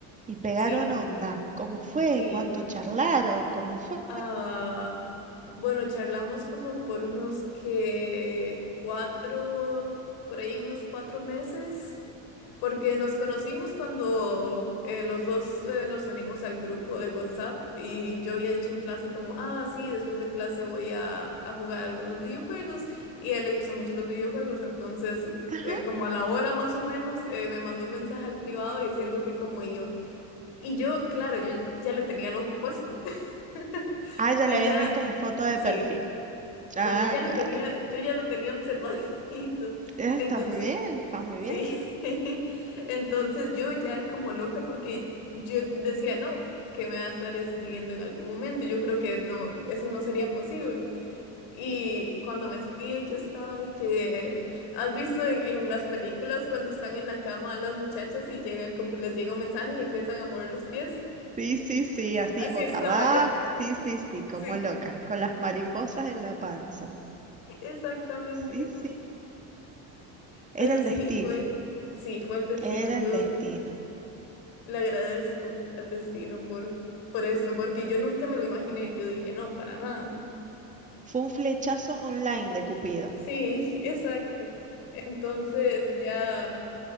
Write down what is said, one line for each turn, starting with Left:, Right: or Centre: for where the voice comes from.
Right: y pegaron
Left: sí,
Right: onda. ¿Cómo fue?
Left: sí.
Right: ¿Cuánto charlaron? ¿Cómo fue?
Left: Ah, bueno, charlamos como por unos que cuatro, por ahí unos cuatro meses, porque nos conocimos cuando eh, los dos eh, nos unimos al grupo de WhatsApp y yo había dicho en clase como, ah, sí, después de clase voy a, a jugar algunos videojuegos y a él le gustan mucho los videojuegos, entonces
Right: Ajá.
Left: eh, como a la hora más o menos eh, me mandó un mensaje al privado diciendo que cómo iba. Y yo, claro, yo ya le tenía el ojo puesto. <laughs>
Right: Ah, ya
Left: Yo
Right: le habías
Left: ya,
Right: visto la foto de
Left: sí,
Right: perfil.
Left: sí,
Right: Ah,
Left: yo ya lo
Right: claro.
Left: tenía, yo ya lo tenía observadito.
Right: Ah,
Left: Entonces,
Right: Está muy bien, está muy bien.
Left: sí, <laughs> entonces yo ya como loca porque yo decía, no, que me va a estar escribiendo en algún momento. Yo creo que no, eso no sería posible. Y cuando me escribe, yo estaba de que, ¿has visto en, en las películas cuando están en la cama las muchachas y llegan como, les llega un mensaje y empiezan a mover los pies?
Right: Sí, sí, sí, así
Left: Así
Right: boca
Left: estaba
Right: abajo.
Left: yo, <laughs>
Right: Sí, sí, sí, como
Left: sí,
Right: loca, con las mariposas en la panza.
Left: exactamente.
Right: Sí, sí.
Left: Pero
Right: Era el
Left: sí,
Right: destino,
Left: fue, sí, fue el destino.
Right: era
Left: Yo
Right: el destino.
Left: le agradezco al destino por, por eso, porque yo nunca me lo imaginé. Yo dije, no, para nada.
Right: Fue un flechazo online de Cupido.
Left: Sí, <laughs> exacto. Entonces ya